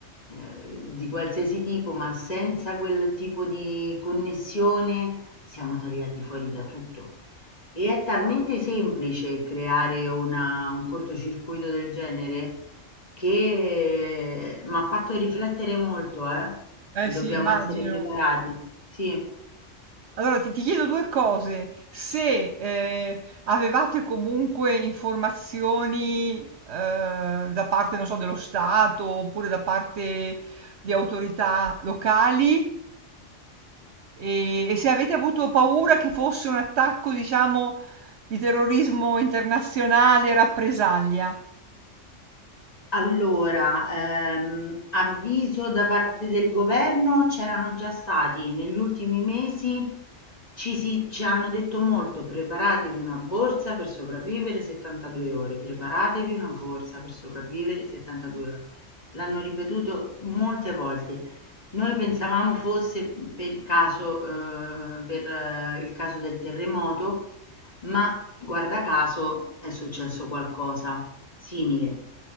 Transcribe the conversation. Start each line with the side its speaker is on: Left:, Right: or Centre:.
Left: eh, di qualsiasi tipo, ma senza quel tipo di connessione siamo tagliati fuori da tutto. E è talmente semplice creare una un cortocircuito del genere che m'ha fatto riflettere molto, eh.
Right: Eh
Left: Dobbiamo
Right: sì, immagino.
Left: essere preparati. Sì.
Right: Allora ti, ti chiedo due cose. Se eh, avevate comunque informazioni eh, da parte, non so, dello Stato oppure da parte di autorità locali e, e se avete avuto paura che fosse un attacco, diciamo, di terrorismo internazionale e rappresaglia.
Left: Allora, ehm, avviso da parte del governo c'erano già stati. Negli ultimi mesi ci, si, ci hanno detto molto, preparatevi una borsa per sopravvivere 72 ore, preparatevi una borsa per sopravvivere 72 ore. L'hanno ripetuto molte volte. Noi pensavamo fosse per caso, eh, per eh, il caso del terremoto, ma guarda caso è successo qualcosa simile.